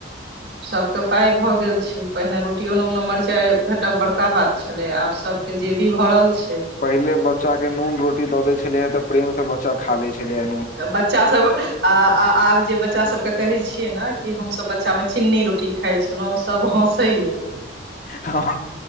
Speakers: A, on the right; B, on the left.
A: सभके पाइ भऽ गेल छै पहिने रोटिोने ओने मिरचाइ भेटब बड़का बात छलै आब सभ के जे भी भरल छै
B: पहिल बच्चा के नून रोटी दऽ देेल छले हे तऽ प्रेम से बच चा खा लै छलै हैय
A: बच्चा सब अ आब जे बच्चा सबके कहे छीिये नऽ कि हम सब बच्चा मे चिन्नी रोटी खाइ छलहुँ सभ हँसैए
B: हम